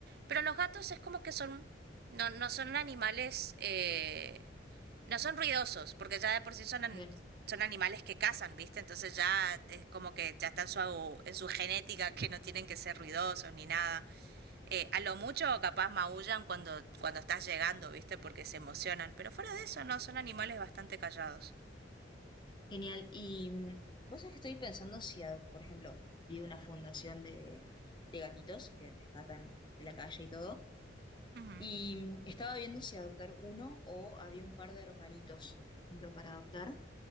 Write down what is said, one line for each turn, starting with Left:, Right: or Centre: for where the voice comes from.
Right: Pero los gatos es como que son, no, no son animales, eh, no son ruidosos, porque ya de por sí son, an-
Left: bien.
Right: son animales que cazan, ¿viste? Entonces ya es como que ya están su, en su genética que no tienen que ser ruidosos ni nada. Eh, a lo mucho capaz maullan cuando, cuando estás llegando, ¿viste? Porque se emocionan, pero fuera de eso no, son animales bastante callados.
Left: Genial. Y mm, vos sabés que estoy pensando si, ah, por ejemplo, vi una fundación de, de gatitos que rescatan de la calle y todo,
Right: Ujú.
Left: y mm, estaba viendo si adoptar uno o había un par de hermanitos, por ejemplo, para adoptar.